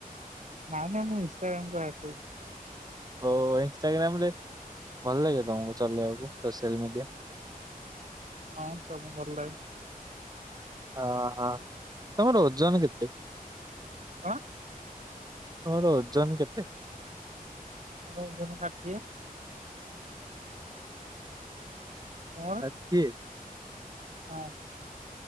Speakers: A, on the right (about 50°); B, on the right (about 25°).
A: ନା ନାଇ ମୁଁ ଇଷ୍ଟାଗ୍ରାମ କପ
B: ହ ଇନଷ୍ଟଟାଗ୍ରାମରେ ଭଲ ଲାଗେ ତମକୁ ଚଲେଇବାକୁ ସୋସିଆଲ ମିଡିଆ <inaudible>
A: ହଁ ଚଲା ଭଲ।
B: ହ ହ ତମର ଓଜନ କେତେ?
A: ହ
B: ତୋର ଓଜନ କେତେ?
A: ମୋର ଓଜନ ଷାଠିଏ। ମୋର
B: ଷାଠିଏ?
A: ହଁ।